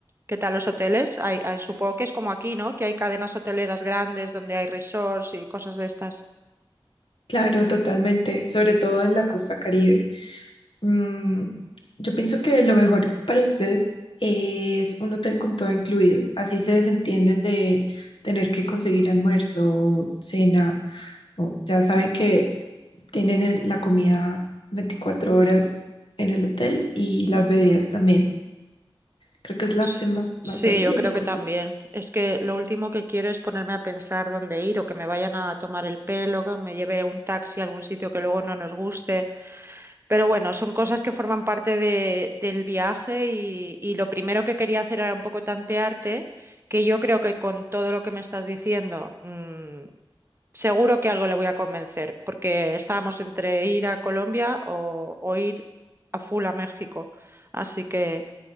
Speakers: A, on the right (about 25°); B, on the left (about 65°).
A: ¿qué tal los hoteles? Hay, hay- supongo que es como aquí, ¿no? Que hay cadenas hoteleras grandes donde hay resorts y cosas de estas.
B: Claro, totalmente, sobre todo en la costa Caribe. Mm, yo pienso que lo mejor para ustedes es un hotel con todo incluido. Así se desentienden de tener que conseguir almuerzo, cena. o- ya saben que tienen el- la comida 24 horas en el hotel y las bebidas también. Creo que es la
A: S-
B: opción más,
A: Sí,
B: más fácil
A: yo
B: y
A: creo
B: se consigue.
A: que también. Es que lo último que quiero es ponerme a pensar dónde ir o que me vayan a tomar el pelo, que me lleve un taxi a algún sitio que luego no nos guste. Pero bueno, son cosas que forman parte de- del viaje y, y lo primero que quería hacer era un poco tantearte, que yo creo que con todo lo que me estás diciendo, mm, seguro que algo le voy a convencer, porque estábamos entre ir a Colombia o, o ir a full a México. Así que...